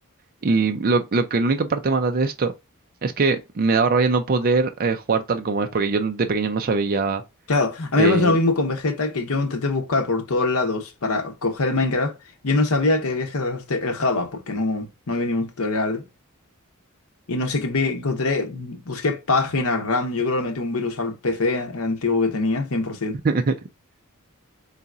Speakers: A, on the right; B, on the left.
A: y lo, lo que la única parte mala de esto es que me daba rabia no poder eh, jugar tal como es, porque yo de pequeño no sabía.
B: Claro, a mí
A: eh,
B: me pasó lo mismo con Vegeta, que yo intenté buscar por todos lados para coger el Minecraft. Yo no sabía que debías descargarte el Java, porque no, no había ningún tutorial Y no sé qué, vi- encontré, busqué páginas RAM, yo creo que le metí un virus al PC antiguo que tenía, 100%.
A: <laughs>